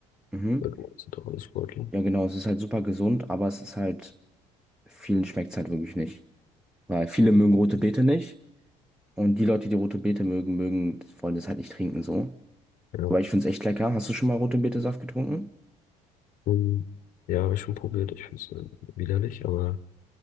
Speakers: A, in the centre; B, on the left.
A: Mhm.
B: Weil du meinst, sind doch alles Sportler.
A: Ja, genau, es ist halt super gesund, aber es ist halt, vielen schmeckt es halt wirklich nicht. Weil viele mögen rote Beete nicht. Und die Leute, die rote Beete mögen, mögen, wollen das halt nicht trinken, so.
B: Ja.
A: Aber ich find's echt lecker. Hast du schon mal rote Beete-Saft getrunken?
B: Ähm, Ja, habe ich schon probiert. Ich finde es widerlich, aber